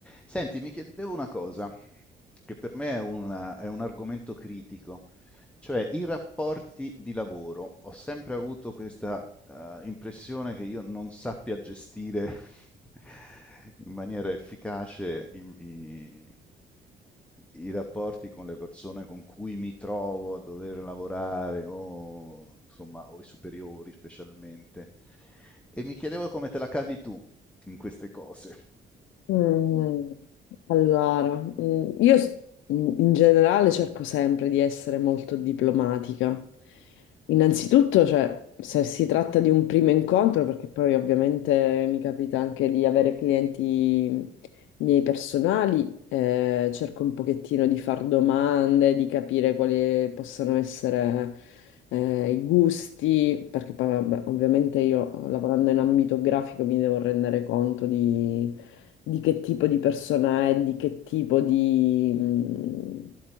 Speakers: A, in the centre; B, on the left (about 80°).
A: Senti, mi chiedevo una cosa, che per me è, una- è un argomento critico, cioè i rapporti di lavoro. Ho sempre avuto questa eh, impressione che io non sappia gestire <laughs> in maniera efficace i, i- i rapporti con le persone con cui mi trovo a dover lavorare o, insomma, o i superiori specialmente. E mi chiedevo come te la cavi tu in queste cose.
B: Mm, Allora, mm, io s- in generale cerco sempre di essere molto diplomatica. Innanzitutto, cioè, se si tratta di un primo incontro, perché poi ovviamente mi capita anche di avere clienti miei personali, eh, cerco un pochettino di far domande, di capire quali possano essere, eh, i gusti, perché poi, vabbè, ovviamente io lavorando in ambito grafico mi devo rendere conto di di che tipo di persona è, di che tipo di mh,